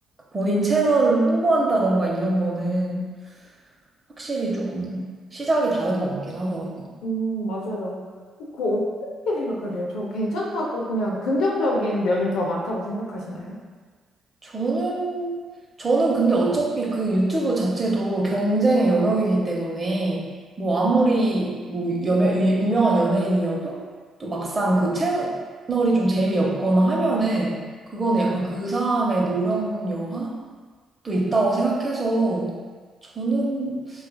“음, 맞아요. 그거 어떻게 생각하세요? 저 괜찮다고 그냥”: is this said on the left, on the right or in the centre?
Left